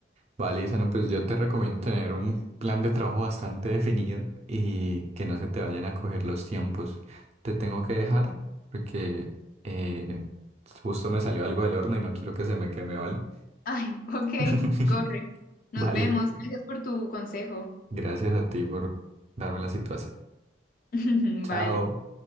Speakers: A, on the right; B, on the left.
A: vale, Isano, pues yo te recomiendo tener un plan de trabajo bastante definido y que no se te vayan a coger los tiempos. Te tengo que dejar porque eh, justo me salió algo del horno y no quiero que se me queme, ¿vale?
B: Ay, <laughs> ok,
A: <laughs>
B: corre. Nos
A: Vale,
B: vemos. Gracias por tu consejo.
A: gracias a ti por darme la situación.
B: <laughs>
A: Chao.
B: Vale.